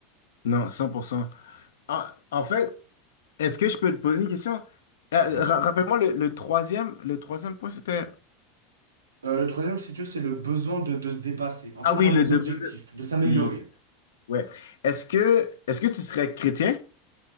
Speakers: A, on the left; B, on the right.
A: non, 100%. Ah, en fait, est-ce que je peux te poser une question? Euh,
B: Bien sûr.
A: ra- rappelle-moi, le, le troisième, le troisième point, c'était...
B: Euh, le troisième, si tu veux, c'est le besoin de, de se dépasser, un
A: Ah
B: peu d'avoir
A: oui, le
B: des
A: double.
B: objectifs,
A: de-
B: de s'améliorer.
A: Oui, ouais. Est-ce que est-ce que tu serais chrétien?